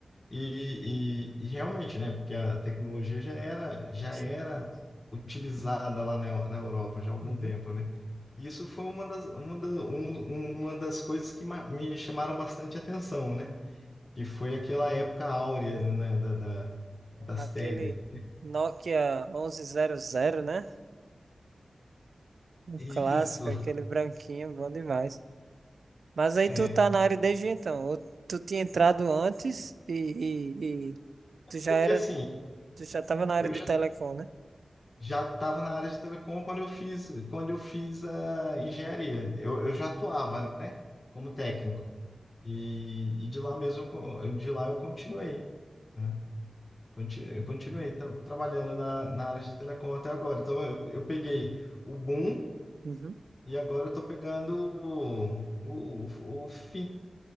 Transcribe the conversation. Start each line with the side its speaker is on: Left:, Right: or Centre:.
Left: E, e, e realmente, né? Porque a tecnologia já era, já
Right: Sim.
Left: era utilizada lá na, na Europa já há algum
Right: Uhum.
Left: tempo, né? Isso foi uma das, uma da- um- uma das coisas que ma- me chamaram bastante atenção, né? que foi aquela época áurea, né, da, da- das
Right: Aquele
Left: teles. <laughs>
Right: Nokia 1100, né? Um
Left: Isso,
Right: clássico, aquele branquinho, bom demais. Mas aí
Left: é.
Right: tu tá na área desde então, ou tu tinha entrado antes e, e, e tu já
Left: Porque
Right: era,
Left: assim,
Right: tu já tava na área
Left: eu
Right: de
Left: já
Right: telecom, né?
Left: já estava na área de telecom quando eu fiz, quando eu fiz a engenharia. Eu, eu
Right: Entendi.
Left: já atuava, né, como técnico. E, e de lá mesmo, eu co- de lá eu continuei. né? Conti- Eu continuei tra- trabalhando na, na área de telecom até agora. Então eu, eu peguei o boom
Right: Uhum.
Left: e agora eu estou pegando o, o, o fim,